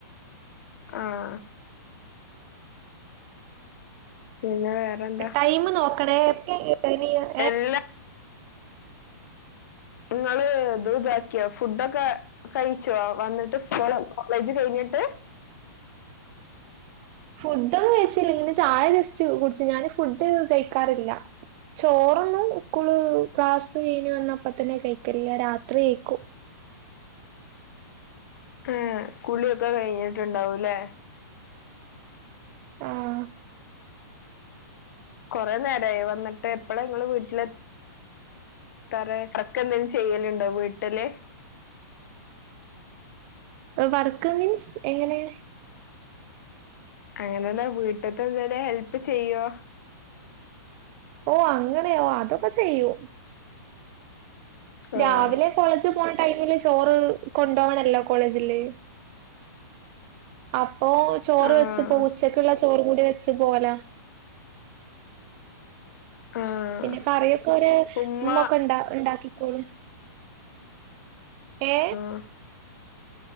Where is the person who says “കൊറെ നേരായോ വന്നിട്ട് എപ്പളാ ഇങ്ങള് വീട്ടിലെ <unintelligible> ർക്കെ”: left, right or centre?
Left